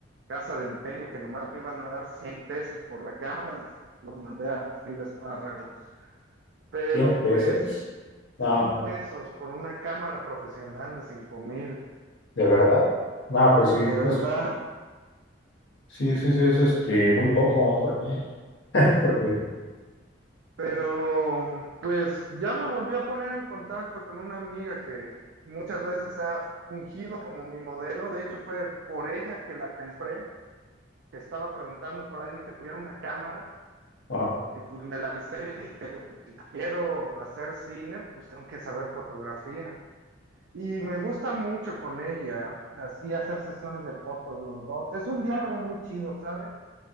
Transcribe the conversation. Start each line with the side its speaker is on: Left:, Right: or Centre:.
Right: casa de empeño, que nomás me iban a dar 100 pesos por la cámara, los mandé a freír espárragos. Pero
Left: ¿Cien pesos?
Right: pues,
Left: Ah,
Right: 100 pesos por una cámara profesional de cinco mil,
Left: ¿de verdad? Ah, pues sí,
Right: de verdad.
Left: es, sí, sí, sí, es este, muy poco, ¿no? ¿Por qué? <laughs> Porque,
Right: Pero pues ya me volví a poner en contacto con una amiga que muchas veces ha fungido como mi modelo. De hecho, fue por ella que la compré, que estaba preguntando por alguien que tuviera una cámara
Left: ajá,
Right: Y pues me lancé y dije, pues, si quiero hacer cine, pues tengo que saber fotografía. Y me gusta mucho con ella, así hacer sesiones de fotos los dos. Es un diálogo muy chido, ¿sabes?